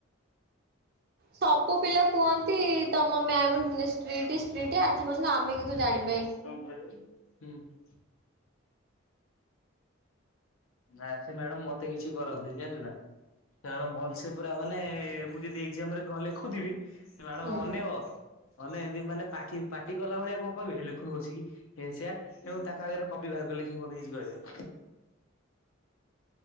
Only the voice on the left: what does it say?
ହୁଁ। ନା ସେ ମ୍ୟାଡମ୍ ମତେ କିଛି କରନ୍ତିନି ଜାଣିଛୁ ନା। ଖେଳ ଭଲସେ ପୁରା ମାନେ, ମୁଁ ଯଦି ଏଗଜାମ୍ ରେ କଣ ଲେଖୁଥିବି ସେ ମ୍ୟାଡମ୍
ଅନେଇବ। ଅନେଇବ ଏମିତି ମାନେ ପାଟି ପାଟି କଲା ଭଳିଆ କଣ କହିବେ ଲେଖୁନୁ ବସିକି। ଏ ସେଇଆ। ଏବଂ ତାଙ୍କ ଆଗରେ କପି ବାହାର କରି ଲେଖିବି ମତେ କିଛି କହିବେନି।